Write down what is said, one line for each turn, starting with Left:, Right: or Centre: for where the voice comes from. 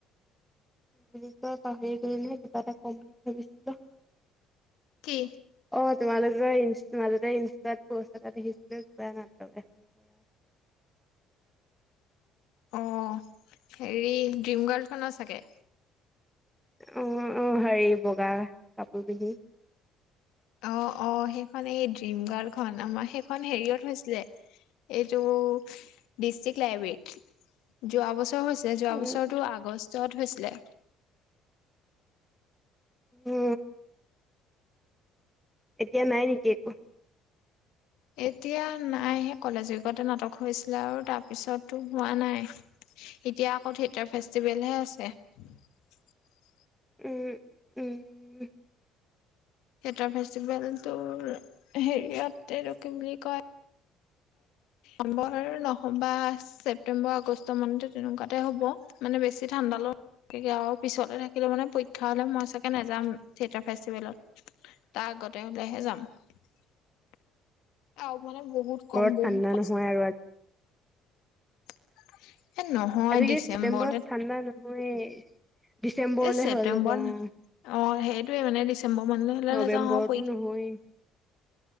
Centre: বুলি কয় পাহৰি গলেহে কিবা এটা কম বুলি ভাবিছিলো
Left: কি
Centre: অ তোমালো মাজতে ইনষ্টাত পষ্ট এটা দেখিছিলো কিবা নাটক এখন কৰা
Left: অ হেৰি ড্ৰিম গাৰ্ল্ড খনৰ চাগে
Centre: আহ আহ হেৰি বগা কাপোৰ পিন্ধি
Left: অ অ সেইখন এই ডিম গাৰ্ডখন আমাৰ সেইখন হেৰিয়ত হৈছিলে এইটো ডিষ্ট্ৰিক্ লাইব্ৰেৰী যৱ <unintelligible> ৰ হৈছে যোৱা
Centre: উম
Left: বছৰটো আগষ্ট য'ত হৈছিলে
Centre: উ এতিয়া নাই নেকি একো
Left: এতিয়া নাই সে কলেজ উগতে নাটক হৈছিলে আৰু তাৰ পিছতো হোৱা নাই এতিয়া আকৌ থিয়েটাৰ ফেষ্টিভেলহে আছে <unintelligible>
Centre: উম উম
Left: সেতাৰ ফেষ্টিভেল তোৰ হেৰিয়তে কি বুলি কয় নৱেম্বৰ নহ্ব ছেপটেম্বৰ আগষ্ট মানতে তেনেকুৱাতে হ'ব মানে বেছি ঠাণ্ডাল আৰু পিছলে থাকিলে মানে পৰীক্ষা হলে মই চাগে নেযাম থিয়েটাৰ ফেষ্টিভেলত তাৰ আগতে হলেহে যাম <unintelligible> অ মানে বহুত কম
Centre: বৰত
Left: বহুত
Centre: ঠাণ্ডা
Left: কষ্ট
Centre: নহয় আৰু
Left: <inaudible>
Centre: আজিকি
Left: ডিচেম্বৰত
Centre: ছেপ্তেম্বৰত ঠাণ্ডা নহয় <inaudible> ডিচেম্বৰলে
Left: এই ছেপ্তেম্বৰত
Centre: হৈ গাব অ <unintelligible>
Left: অ সেইটোয়ে মানে দিছো চমভ মান হ'লে
Centre: নৱেম্বৰতো
Left: নেযাও প <unintelligible>
Centre: নহয়।